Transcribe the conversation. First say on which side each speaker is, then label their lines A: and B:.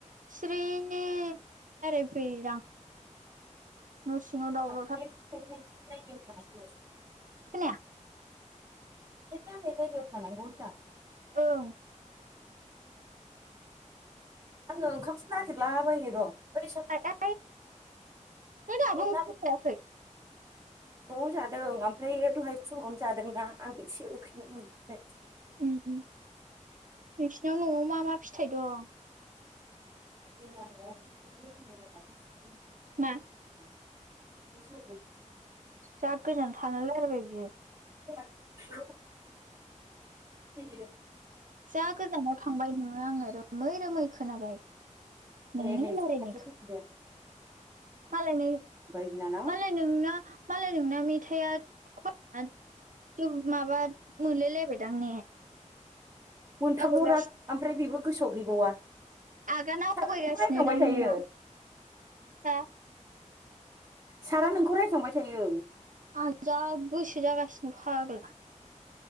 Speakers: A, on the right (about 85°); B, on the right (about 25°).
A: सिरि रायलायफैयोदां
B: <inaudible>
A: न सिङाव दावरावथार
B: नेट <unintelligible>
A: खोनाया
B: नेथ नांनाय जायगायाव थानांगौ होनदां
A: ओं
B: आङो ओंखामसो नागिरलाबायायनो र
A: नों दाबो
B: <unintelligible>
A: ओंखाम जायाखै ए
B: नआव जादों ओमफ्राय दहाय फुङावनो जादोंना आं एसे उखैनाय मोनफिबाय
A: उम उम नोंसिनाव न'आव मा मा फिथाइ दं
B: जोंना नआव <unintelligible>
A: मा?
B: <unintelligible>
A: जा गोजान थाना राइलाबाय बियो
B: <inaudible>
A: जा गोजानाव थांबाय नोङो आङो रोमै रोमै खोनाबाय नोंनि
B: ए ए
A: रायलायनायखौ
B: खाथियाव फैफिनबायानो
A: मालाय नि
B: बिनानाव
A: मालाय नोंना मालाय नोंना मेथाइआ उम माबा मोनलाइलायबायदां
B: मोनथामल'रा
A: आवगायगासिनो
B: ओमफ्राय बेबो गोसोआव गैबावा
A: आगान आवगायगासिनो
B: सारा नोंखौ रायखांबाय
A: दां
B: थायो
A: नोंना हो
B: सारा नोंखौ रायखांबाय थायो
A: आं जा गोसो जागासिनो फाग्ला